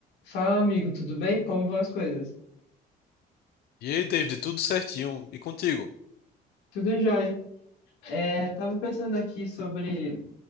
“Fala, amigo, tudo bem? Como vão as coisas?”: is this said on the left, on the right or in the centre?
Left